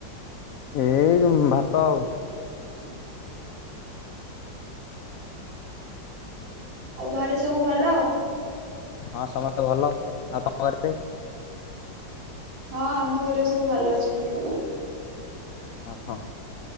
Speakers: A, on the left; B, on the right.
A: ଏ ଭାତ ଆଉ
B: <inaudible> ଆଉ ଘରେ ସବୁ ଭଲ
A: ହଁ ସମସ୍ତେ ଭଲ ଆଉ ତମ କରିବେ।
B: ହଁ ଆମ ଘରେ ବି ସବୁ ଭଲ ଅଛନ୍ତି।
A: ଓହୋ